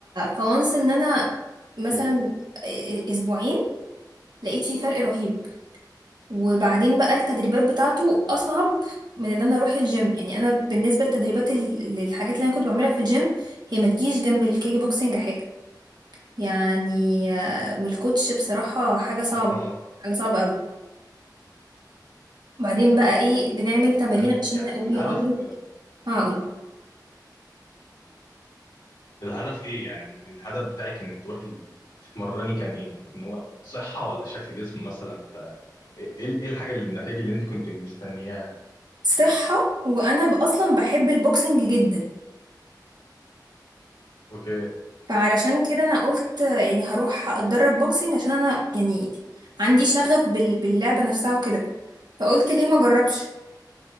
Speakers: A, on the right; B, on the left.
A: فونس إن أنا مثلا
B: اوكي
A: آه، أسبوعين لقيت فيه فرق رهيب وبعدين بقى التدريبات بتاعته أصعب من إن أنا أروح الجيم يعني أنا بالنسبة لتدريبات ال- للحاجات اللي أنا كنت بعملها في الجيم هي ما تجيش جنب الكيك بوكسينج حاجة يعني آه، والكوتش بصراحة حاجة صعبة
B: اها
A: يعني حاجة صعبة أوي بعدين بقى إيه بنعمل تمارين
B: انت
A: عشان
B: يعني
A: نقوي
B: الهدف
A: عضله
B: آه،
A: هقول
B: الهدف ايه يعني ال- الهدف بتاعك انك تروحي ال- تتمرني كان ايه ان هو صحه ولا شكل جسم مثلا ايه إيه الحاجه اللي النتائج اللي انت كنت مستنياها
A: صحة وأنا ب- أصلا بحب البوكسنج جدا
B: اوكي
A: فعلشان كده أنا قلت يعني هروح أتدرب بوكسنج عشان أنا يعني عندي شغف بال... باللعبة نفسها وكده فقلت ليه ما أجربش